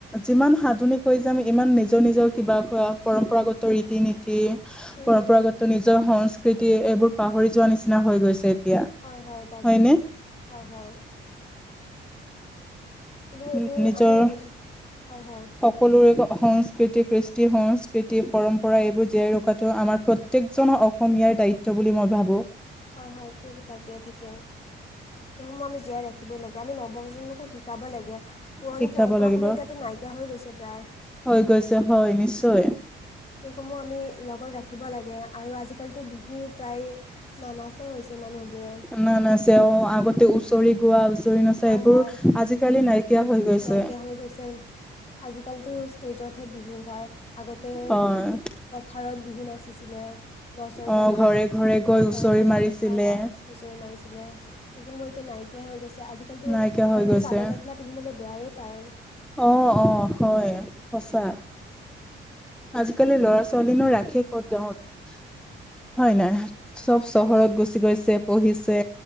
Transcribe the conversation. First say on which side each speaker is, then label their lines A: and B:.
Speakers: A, in the centre; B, on the left.
A: যিমান সাধ <unintelligible> কৈ যে আমি ইমান নিজৰ নিজৰ কিবা ক পৰম্পৰাগত ৰীতি নীতি
B: উম,
A: পৰম্পৰাগত
B: উম, উম।
A: নিজৰ সংস্কৃতি এইবোৰ পাহৰি যোৱা নিচিনা হৈ গৈছে এতিয়া
B: হয় হয় তাকে
A: হয়নে
B: হয় হয় কিন্তু
A: উ
B: এইবোৰ
A: নিজৰ
B: আমি নিজ হয় হয়
A: সকলোৰে সংস্কৃতি কৃষ্টি সংস্কৃতি পৰম্পৰা এইবোৰ জীয়াই ৰখাটো আমাৰ প্ৰত্যেকজন অসমীয়াৰ দায়িত্ব বুলি মই ভাবো
B: হয় হয় ঠিক তাকে ঠিকে সেইসমূহ আমি জীয়াই ৰাখিবই লাগে আমি নৱপ্ৰজন্মকো শিকোঁ শিকাব লাগে পুৰণি
A: শিকাব
B: পৰম্পৰাসমূহ
A: লাগিব
B: এতিয়াতো নাইকিয়া হৈ গৈছে প্ৰায়
A: হৈ গৈছে হয় নিশ্চয়
B: এইসমূহ আমি লগত ৰাখিব লাগে আৰু আজিকালিতো বিহু প্ৰায় নানাচাই হৈছে মানুহবোৰে
A: ন না তেওঁ আগতে উওচৰি গোৱা আছে জ নছে
B: হয়
A: এইবোৰ
B: হয়
A: আজিকালি নাইকিয়া হৈ গৈছে
B: নাইকিয়া হৈ গৈছে আজিকালিতো ষ্টেজতহে বিহু হয় আগতে
A: হয়
B: পথাৰত বিহু নাচিছিলে গছৰ
A: অ
B: তলত
A: ঘৰে ঘৰে গৈ হুঁচৰি
B: ঘৰে ঘৰে
A: মাৰিছিলে
B: হয় হয় হুঁচৰি মাৰি সেইসমূহ এতিয়া নাইকিয়া হৈ গৈছে আজিকালিতো
A: নাইকিয়া হৈ
B: মানুহে
A: গৈছে
B: চাদৰ মেখেলা পিন্ধিবলৈ বেয়াই প্ৰায়
A: অ অ হয় সঁচা আজিকালি ল'ৰা ছোৱালীনো ৰাখে ক'ত গাঁৱত হয় নাই চব
B: হয়
A: চহৰত
B: তাকে
A: গুচি গৈছে পঢ়িছে